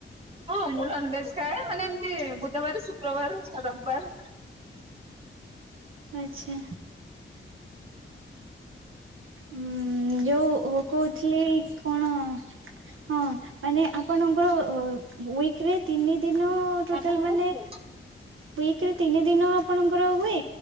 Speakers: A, on the right (about 30°); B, on the right (about 80°).
A: ହଁ ମୁଁ ନନଭେଜ ଖାଏ। ମାନେ ଏମିତି ବୁଧବାର ଶୁକ୍ରବାର ଛ ରବିବାରେ।
B: ଆଚ୍ଛା। ଉଁ ଯୋଉ ଉ କହୁଥିଲି କଣ ହଁ ମାନେ ଆପଣଙ୍କର ଅ ଉଇକିରେ ତିନି ଦିନ
A: ସାଧା
B: ଟୋଟାଲ ମାନେ
A: ନା ଚିକେନ?
B: ଉଇକିରେ ତିନି ଦିନ ଆପଣଙ୍କର ହୁଏ?